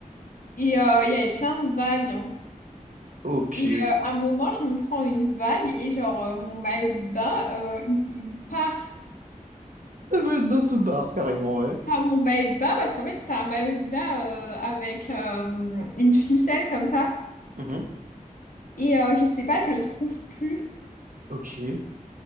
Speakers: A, on the left; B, on the right.
A: Et euh, il y avait plein de vagues. hein.
B: Ok.
A: Et euh, à un moment je me prends une vague et genre euh, mon maillot de bain euh, il, il part.
B: Ah ouais, dans ce bar, carrément, ouais.
A: Ah mon maillot de bain parce qu'en fait c'était un maillot de bain euh, avec euh, une ficelle comme ça
B: Mhm.
A: et euh, je sais pas je le trouve plus
B: Ok.